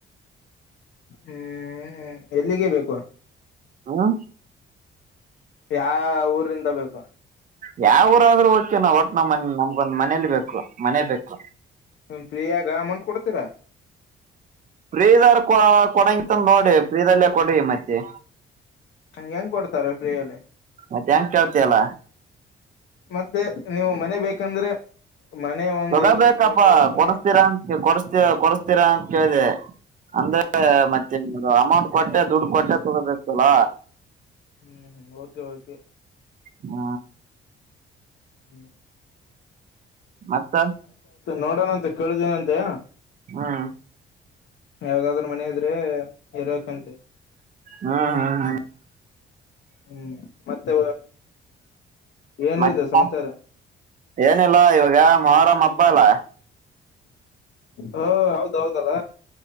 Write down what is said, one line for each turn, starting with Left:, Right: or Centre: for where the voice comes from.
Left: ಹ್ಮ ಎಲ್ಲಿಗೆೇ ಬೇಕು
Right: ಹಾ
Left: ಯಾವ ಊರಿಂದ ಬೇಕು
Right: ಯಾವ ಊರ ಆದ್ೂಓ್ಕೆ ನಾ್ ಒಟ್ಟ ನಮ್ಮ ನಮ್ಗೊಂದ ಮನೇಲಿ ಬೇಕು ಬ ಮನೆ ಬೇಕು
Left: ನಿಮ್ ಫ್ರೀಯಾಗ ಅಮೌಂಟ್ ಕೊಡ್ತೀರಾ
Right: ಫ್ರೀದಾರ್ ಕೊ ಕೊಡಂಗಂತಂದ ನೋಡಿ ಫ್ರೀದಲ್ಲೇ ಕೊಡ್ರಿ ಮತ್ತೆ
Left: ಹಂ ಹೆಂಗ್ ಕೊಡ್ತಾರೆ ಫ್ರೀಯಲ್ಲಿ
Right: ಮತ್ತೆ ಹೆಂಗ ಕೇಳ್ತಯಲ್ಲ
Left: ಮತ್ತೆ ನೀವು ಮನೆ ಬೇಕಂದ್ರೆ ಮನೆ ಒಂದು
Right: ತೊಗೋಬೇಕಪ್ಪಾ
Left: ಇರೋದಕ್ಕೆ ಬೇಕಾಗಿತ್ತು
Right: ಕೊಡಸ್ತೀರಾ ಅಂತ ಕೊಡತಿ ಕೊಡಸ್ತೀರಾ ಅಂತ ಕೇಳ್ದಿದೆ ಅಂದ್ರ ಮತ್ತೆ ಅಮೌಂಟ್ ಕೊಟ್ಟೆ ದುಡ್ಡು ಕೊಟ್ಟೆ ತೊಗಬೇಕತಲ್ಲ
Left: ಹ್ಮ್ ಹ್ಮ್ ಓಕೆ ಓಕೆ
Right: ಹ್ಮ
Left: ಹ್ಮ
Right: ಮತ್ತ
Left: ನೋಡೋಣಂತ ಕೇಳುದನಂತೆ
Right: ಹಾ
Left: ಯಾವ್ದಾದ್ರರು ಮನೆ ಇದ್ರೆ ಇರಕ್ಂತೆ
Right: ಹಾ ಹಾ ಹಾ
Left: ಹ್ಮ್ ಮತ್ತೆ ಏನಿದೆ
Right: ಮತ್ತ
Left: ಸಮಾಚಾರ
Right: ಏನಿಲ್ಲ ಇವಾಗ ಮೊರಂ್ ಹಬ್ಬ ಅಲ್ಲ
Left: ಹ ಹೌದೌದಲ್ಲ